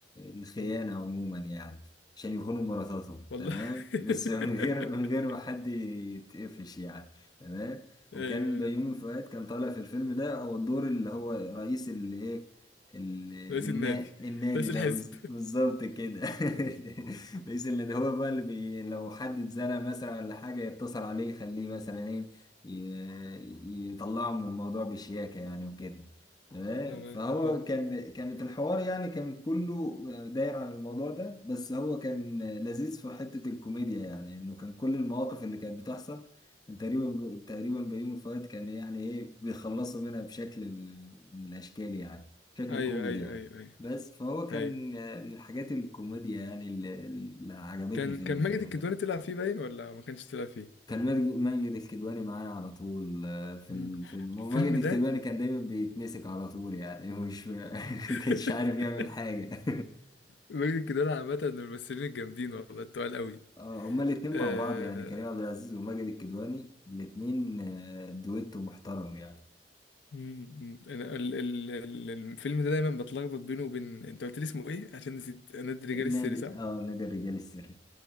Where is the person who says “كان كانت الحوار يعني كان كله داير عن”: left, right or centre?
Left